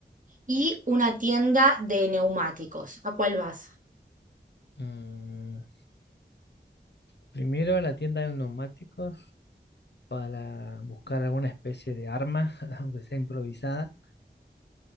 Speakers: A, on the right; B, on the left.
A: y una tienda de neumáticos. ¿A cuál vas?
B: Mm, primero a la tienda de neumáticos para buscar alguna especie de arma, <laughs> aunque sea improvisada.